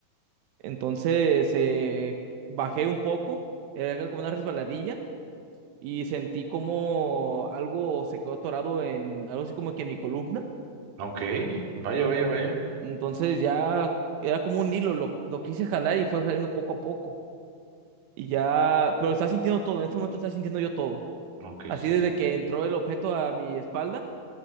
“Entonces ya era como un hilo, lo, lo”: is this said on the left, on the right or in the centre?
Right